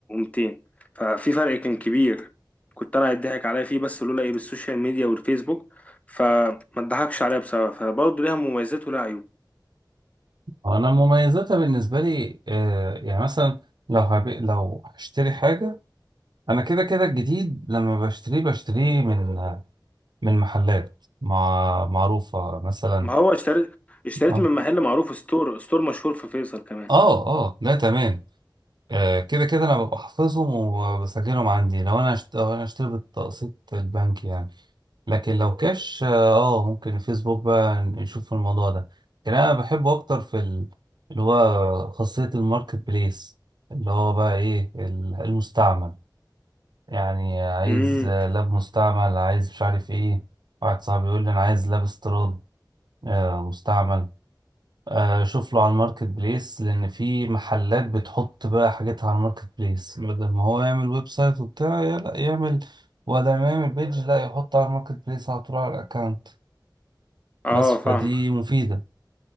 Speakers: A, on the left; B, on the right.
A: و200 ففي فرق كان كبير كنت انا هيضحك عليا فيه بس لولا ايه بالسوشيال ميديا والفيسبوك فما اتضحكش عليا بسبب فبرضه ليها مميزات ولها عيوب
B: انا مميزاتها بالنسبة لي آه يعني مثلا لو هب... لو هشتري حاجة انا كده كده الجديد لما بشتريه بشتريه من من محلات مع... معروفة مثلا
A: ما هو اشتريت اشتريت
B: اه
A: من محل معروف ستور ستور مشهور في فيصل كمان
B: اه اه لا تمام آه، كده كده انا ببقى حافظهم وبسجلهم عندي لو انا اشت- لو انا اشتري بالتقسيط البنكي يعني لكن لو كاش اه آه، ممكن الفيسبوك بقى نشوف الموضوع ده لكن انا بحبه اكتر في ال- اللي هو خاصية الماركت بليس اللي هو بقى ايه ال- المستعمل يعني عايز
A: امم
B: آه، لاب مستعمل عايز مش عارف ايه واحد صاحبي يقول لي انا عايز لاب استيراد آه، مستعمل آه، شوف له على الماركت بليس لان في محلات بتحط بقى حاجتها على الماركت بليس بدل ما هو يعمل ويب سايت وبتاع يا لا يعمل ولا ما يعمل بيج لا يحط على الماركت بليس على طول على الاكونت
A: اه
B: بس
A: فاهمك
B: فدي مفيدة